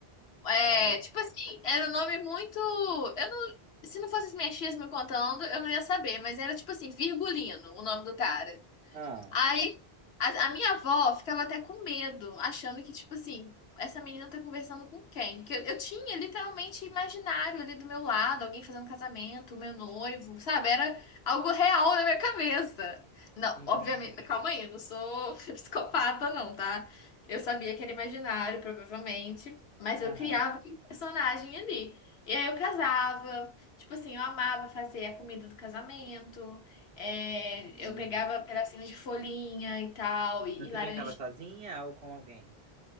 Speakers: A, on the left; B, on the right.
A: É,
B: Caramba.
A: tipo assim, era um nome muito. Eu não. Se não fosse as minhas tias me contando, eu não ia saber, mas era tipo assim, Virgulino, o nome do cara.
B: Ah,
A: Aí a, a minha avó ficava até com medo, achando que, tipo assim, essa menina tá conversando com quem? Porque eu, eu tinha literalmente imaginário ali do meu lado, alguém fazendo casamento, o meu noivo, sabe? Era algo real na minha cabeça. Não,
B: entendi.
A: obviamente, calma aí, eu não sou <laughs> psicopata, não, tá? Eu sabia que era imaginário, provavelmente, mas
B: Aham.
A: eu criava aquele personagem ali. E aí eu casava, tipo assim, eu amava fazer a comida do casamento. É,
B: Gente.
A: eu pegava pedacinhos de folhinha e tal, e,
B: Você
A: e laranja.
B: brincava sozinha ou com alguém?